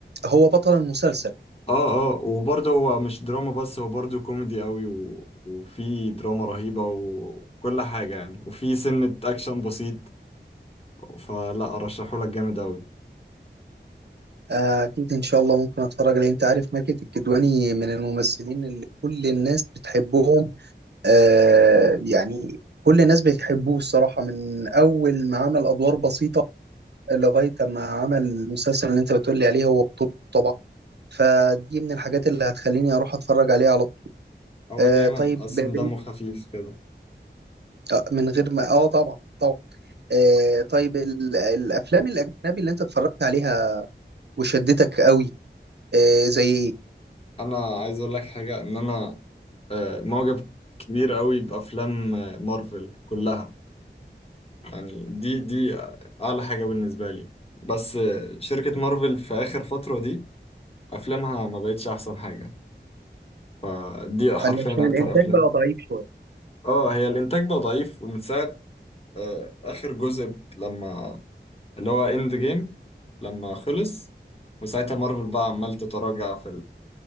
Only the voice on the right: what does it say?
هو بطل المسلسل
آه، أكيد إن شاء الله ممكن أتفرج عليه أنت عارف ماجد الكدواني من الممثلين اللي كل الناس بتحبهم آه، يعني كل الناس بتحبوه الصراحة من أول ما عمل أدوار بسيطة لغاية ما عمل المسلسل اللي أنت بتقولي عليه هو بطولته طبعا فدي من الحاجات اللي هتخليني أروح أتفرج عليه على طول
آه،
طيب
بال-
آه، من غير ما آه طبعا طبعا آه، طيب ال- الأفلام الأجنبي اللي أنت اتفرجت عليها وشدتك قوي آه زي ايه
علشان
الانتاج
بقى ضعيف شويه